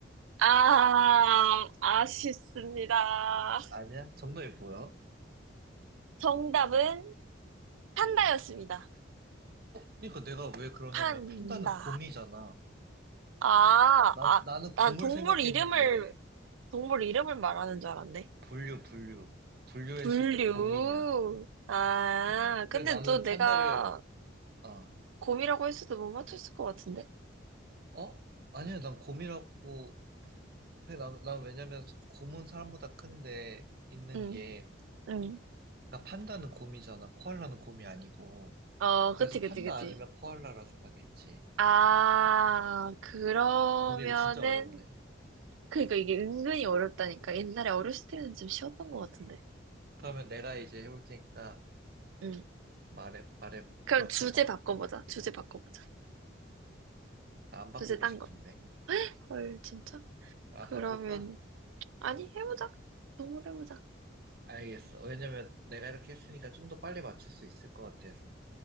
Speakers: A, on the right; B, on the right.
A: 아 아쉽습니다
B: 아니야? 정답이 뭐야?
A: 정답은 판다였습니다.
B: 그러니까 내가 왜 그러냐면
A: 판다.
B: 판다는 곰이잖아.
A: 아,
B: 나,
A: 아,
B: 나는
A: 난
B: 곰을
A: 동물
B: 생각했는데,
A: 이름을, 동물 이름을 말하는 줄 알았네.
B: 분류, 분류. 분류했을
A: 분류.
B: 때 곰이냐.
A: 아,
B: 음. 그래서
A: 근데
B: 나는
A: 너
B: 판다를,
A: 내가
B: 어,
A: 곰이라고 했어도 못 맞췄을 것 같은데?
B: 어? 아니야, 난 곰이라고, 해. 난, 난 왜냐면 곰은 사람보다 큰데, 있는
A: 응,
B: 게,
A: 응.
B: 그러니까 판다는 곰이잖아. 코알라는 곰이 아니고.
A: 어,
B: 그래서
A: 그치,
B: 판다
A: 그치, 그치.
B: 아니면 코알라라 생각했지.
A: 아, 그러면은,
B: 어, 근데 이거 진짜 어렵네.
A: 그니까 이게 은근히 어렵다니까. 옛날에 어렸을 때는 좀 쉬웠던 것 같은데.
B: 그러면 내가 이제 해볼 테니까
A: 응.
B: 말해, 말해,
A: 그럼
B: 맞춰봐.
A: 주제 바꿔보자. 주제 바꿔보자.
B: 나 안 바꾸고
A: 주제 딴
B: 싶은데.
A: 거. 헐, 진짜?
B: 아,
A: 그러면,
B: 바꿀까?
A: 아니, 해보자. 정말 해보자.
B: 알겠어. 왜냐면 내가 이렇게 했으니까 좀 더 빨리 맞출 수 있을 것 같아서.